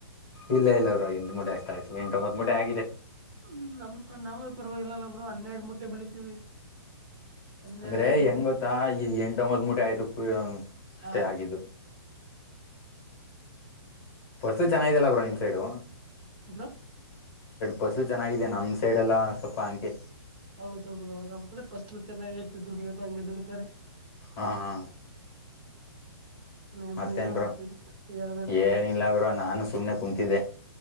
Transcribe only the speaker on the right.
ಹ್ಮ ನಮ್ಕ ನಾವೇ ಪರವಾಗಿಲ್ಲಲ್ಲ ಬ್ರರು ಹನ್ನೆರಡು ಮುಟ್ಟೆ ಬೆಳಿತೀವಿ ಹನ್ನೆರಡ್
ಹದಿಮೂರ್
ಹಾ
ಬರ
ಹೌದ ಒಬ್ಬರು ನಮ್ ಕಡೆ ಫಸ್ಲು ಚೆನ್ನಾಗಿ ತ ದುಡಿಯೋದು ಹಂಗೆ ದುಡಿತಾರೆ
ನೀನ್ರು
ಏನ್
ಮಾಡ್ತಿದ ಹೇಳ್ಬೇಕ ಬರು